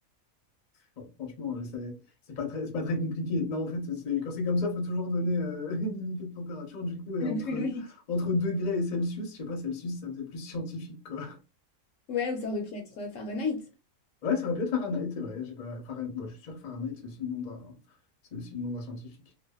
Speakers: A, on the left (about 40°); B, on the left (about 65°).
A: Bon, franchement, euh, c'est c'est pas très, c'est pas très compliqué. Non, en fait, c'est, quand c'est comme ça, il faut toujours donner euh, <laughs> une unité de température. Du coup, et
B: le
A: entre,
B: plus logique.
A: entre degrés et Celsius, je sais pas, Celsius, ça faisait plus scientifique, quoi.
B: Ouais, ou ça aurait pu être euh, Fahrenheit.
A: Ouais, ça aurait pu être Fahrenheit, c'est vrai. J'ai pas... Fahrenheit- bon, je suis sûr que Fahrenheit, c'est aussi le nom d'un c'est aussi le nom d'un scientifique.